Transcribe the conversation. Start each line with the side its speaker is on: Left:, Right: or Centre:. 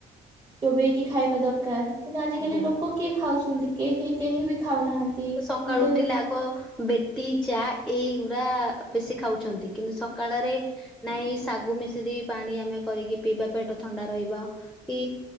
Right: ଚୋବେଇକି ଖାଇବା ଦରକାର କିନ୍ତୁ ଆଜିିକାଲି
Centre: ଆଜ୍ଞା
Right: ଲୋକ କିଏ ଖାଉଛନ୍ତି କି କି କେହି ବି ଖାଉନାହାନ୍ତି।
Centre: ସକାଳୁ
Right: କିନ୍ତୁ
Centre: ଉଠିଲେ
Right: ହଁ
Centre: ଆଗ ବେଟି ଚା ଏଇଗୁଡା ବେଶୀ ଖାଉଛନ୍ତି। କିନ୍ତୁ ସକାଳରେ ନାଇଁ ଶାଗୁ ମିଶ୍ରୀ ପାଣି ଆମେ କରିକି ପିଇବା ପେଟ ଥଣ୍ଡା ରହିବ କି